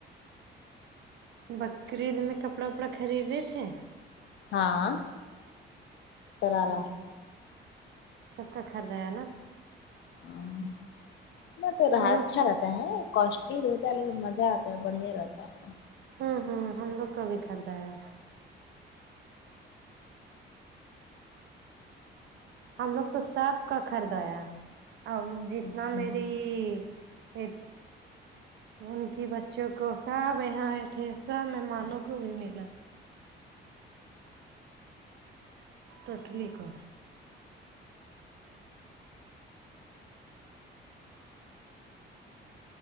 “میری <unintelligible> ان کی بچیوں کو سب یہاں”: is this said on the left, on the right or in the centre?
Right